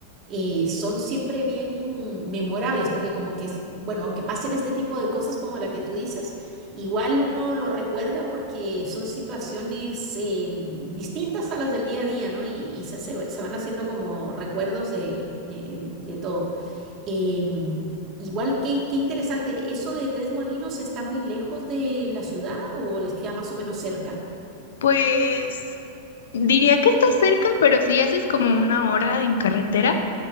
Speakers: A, on the right; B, on the left.
A: eh, son siempre bien memorables, porque como que, es- bueno, aunque pasen este tipo de cosas como la que tú dices, igual uno lo recuerda porque son situaciones eh, distintas a las del día a día, ¿no? Y, y se, hace- se van haciendo como recuerdos de, de de todo. Em, igual, qué, qué interesante. ¿Eso de Tres Molinos está muy lejos de la ciudad o les queda más o menos cerca?
B: Pues diría que está cerca, pero si haces como una hora en carretera,